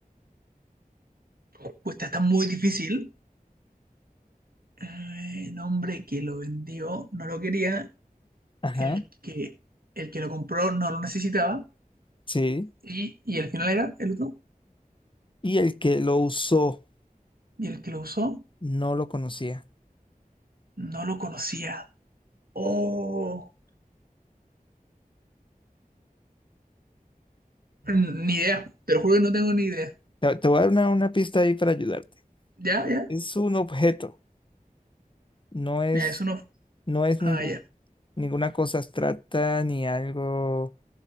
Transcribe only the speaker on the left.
Ajá.
Sí.
y el que lo usó
no lo conocía.
Te, te voy a dar una, una pista ahí para ayudarte.
E-
Es un objeto, no es,
no es
ningún,
ninguna cosa abstracta ni algo